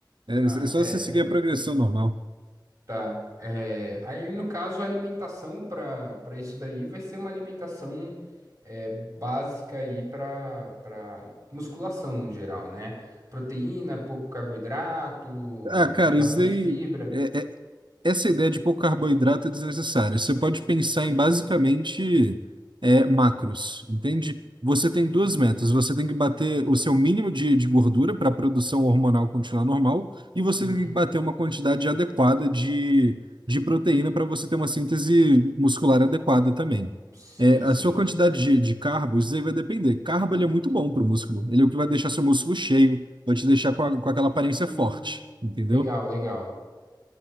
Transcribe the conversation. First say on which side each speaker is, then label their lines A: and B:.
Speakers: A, on the right; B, on the right.
A: É,
B: Ah,
A: é só
B: é,
A: você
B: realmente.
A: seguir a progressão normal.
B: Tá. É, aí, no caso, a alimentação para para isso daí vai ser uma alimentação é, básica aí para para musculação no geral, né? Proteína, pouco carboidrato,
A: Ah, cara,
B: né? Bastante
A: isso daí.
B: fibra.
A: é, é, essa ideia de pouco carboidrato é desnecessária. Você pode pensar em basicamente é, macros, entende? Você tem duas
B: Uhum,
A: metas. Você tem que bater o seu mínimo de, de gordura para a produção hormonal continuar normal, e você
B: uhum.
A: tem que bater uma quantidade adequada de, de proteína para você ter uma síntese muscular adequada também.
B: Sim,
A: É, a
B: sim.
A: sua quantidade de, de carbo, isso aí vai depender. Carbo, ele é muito bom para o músculo. Ele é o que vai deixar seu músculo cheio, vai te deixar com, a- com aquela aparência
B: Hum,
A: forte, entendeu?
B: legal, legal.